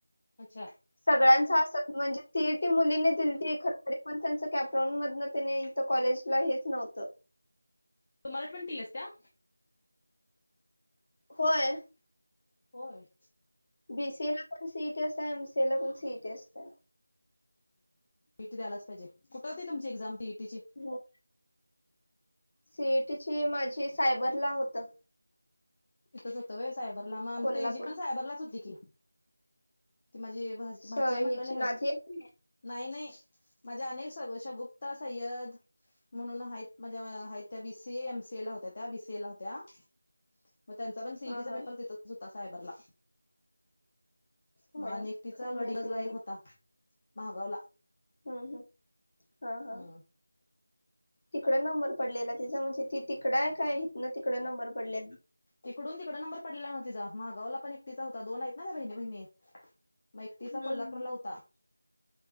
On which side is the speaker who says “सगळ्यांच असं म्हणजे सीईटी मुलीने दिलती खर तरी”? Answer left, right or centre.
Left